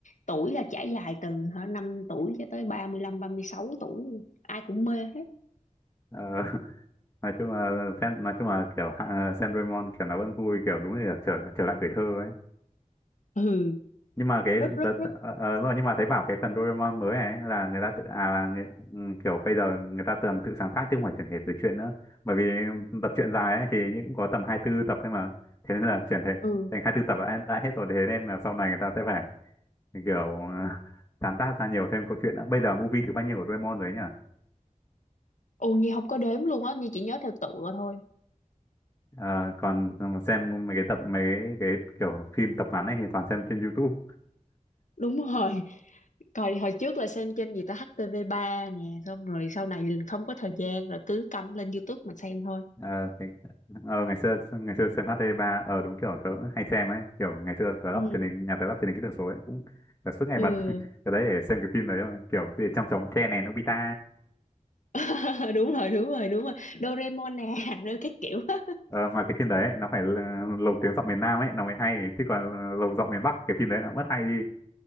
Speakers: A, on the left (about 65°); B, on the left (about 20°).
A: tuổi là trải dài từ hả 5 tuổi cho tới ba ba mươi lăm ba mươi sáu tuổi luôn. ai cũng mê hết
B: Ờ, <laughs> nói chung là xem nói chung là kiểu ờ, xem Doraemon kiểu nó vẫn vui kiểu đúng là trở trở lại tuổi thơ ấy.
A: ừ
B: nhưng mà cái
A: rất rất
B: tớ,
A: rất
B: tớ, ờ, ờ, đúng rồi nhưng mà thấy bảo cái phần Doraemon mới này ấy là người ta tự à là người, ừ, kiểu bây giờ người ta tưởng tự sáng tác chứ không phải chuyển thể từ truyện nữa bởi vì tập truyện dài ấy thì những có tầm hai tư tập thôi mà thế nên là chuyển thể
A: ừ
B: thành hai tư tập đã, đã hết rồi thế nên là sau này người ta sẽ phải kiểu <laughs> ờ, sáng tác ra nhiều thêm câu chuyện nữa bây giờ movie thứ bao nhiêu của Doraemon rồi ấy nhỉ
A: ồ Nhi không có đếm luôn á Nhi chỉ nhớ theo tựa thôi
B: Ờ, còn xem mấy cái tập mấy cái kiểu phim tập ngắn ấy thì toàn xem trên YouTube
A: đúng rồi coi hồi trước là xem trên gì ta htv ba nè xong rồi sau này liền không có thời gian rồi cứ cắm lên YouTube mà xem thôi
B: ờ, cái, ờ, ngày xưa ngày xưa xem HT3 ờ đúng kiểu tớ hay xem ấy kiểu ngày xưa tớ
A: Ừ.
B: lắp truyền hình nhà tớ lắp truyền hình kỹ thuật số ấy cũng tớ suốt ngày
A: ừ
B: bật <laughs> cái đấy để xem cái phim đấy thôi kiểu gì trong trống tre này Nobita
A: <laughs> đúng rồi đúng rồi đúng rồi Doraemon nè <laughs> rồi cái kiểu <laughs> á.
B: ờ, mà cái phim đấy ấy, nó phải là lồng tiếng giọng miền Nam ấy nó mới hay chứ còn ờ, lồng giọng miền Bắc cái phim đấy nó mất hay đi